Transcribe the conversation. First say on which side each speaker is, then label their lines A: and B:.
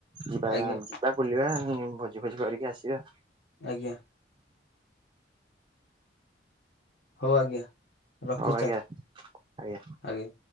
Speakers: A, on the right; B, on the left.
A: ଯିବା
B: ଆଜ୍ଞା
A: ଏଁ ଯିବା ବୁଲିବା ଉଁ ଭୋଜି ଫୋଜି କରିକି ଆସିବା।
B: ଆଜ୍ଞା। ହଉ ଆଜ୍ଞା ରଖୁ
A: ହଉ ଆଜ୍ଞା
B: ଚାଲ।
A: ଆଜ୍ଞା।